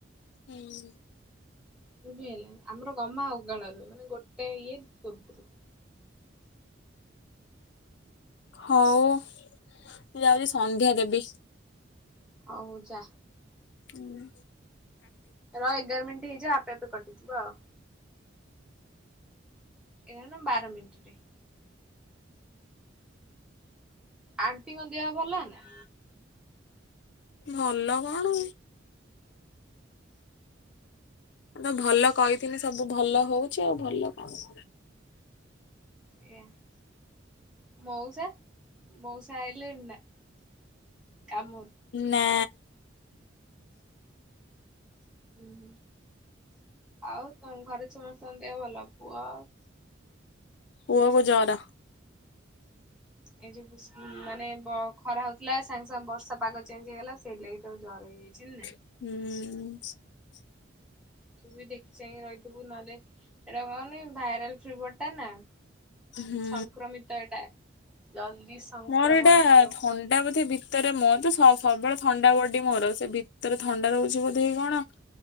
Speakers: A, on the left (about 65°); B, in the centre.
A: ହୁଁ।
B: ବୁଝି ହେଲା ଆମର ଗମା ଉଗାଳ ରୁ ମାନେ ଗୋଟେ ଇଏ ପୂର୍ବରୁ।
A: ହଉ ମୁଁ ଯାଉଛି ସନ୍ଧ୍ୟା ଦେବି।
B: ହଉ ଯା।
A: ଉଁ।
B: ରହ ଏଗାର ମିନିଟ ହେଇଯା ଆପେ ଆପେ। ଏ କଟିଯିବ ଆଉ। ଏଗାର ନା ବାର ମିନିଟରେ। ଆଣ୍ଟିଙ୍କ ଦେହ ଭଲ ନା।
A: ଭଲ କଣ। ମୁତ ଭଲ କହିଥିଲି ସବୁ ଭଲ ହଉଛି ଆଉ ଭଲ କଣ?
B: ସେଆ ମଉସା ମଉସା ଆଇଲେଣି ନା? କାମରୁ
A: ନା।
B: ହୁଁ ହୁଁ ଆଉ। ତମ ଘରେ ସମସ୍ତଙ୍କ ଦେହ ଭଲ ପୁଅ।
A: ପୁଅକୁ ଜର।
B: ଏଇ ଯୋଉ ମାନେ ଖରା ହଉଥିଲା ସାଙ୍ଗେ ସାଙ୍ଗେ ବର୍ଷା ପାଗ ଚେଞ୍ଜ ହେଇଗଲା ସେଇ ଲାଗି ତା କୁ ଜର ହେଇଯାଇଛି ନାଇଁ।
A: ହୁଁ।
B: ତୁ ବି ଦେଖି ଚାହିଁ ରହିଥିବୁ ନହଲେ ଏଟା କଣନି ଭାଇରାଲ ଫିଭର ଟା ନା।
A: ହୁଁ
B: ସଂକ୍ରମିତ ଏଇଟା ଜଲ୍ଦି ସଂକ୍ରମଣ
A: ମୋର ଏଇଟା
B: ହବ।
A: ଥଣ୍ଡା ବୋଧେ ଭିତରେ ମୋ ତ ସବୁବେଳେ ଥଣ୍ଡା ବଡି ମୋର ସେ ଭି ଭିତରେ ଥଣ୍ଡା ରହୁଛି ବୋଧେ କଣ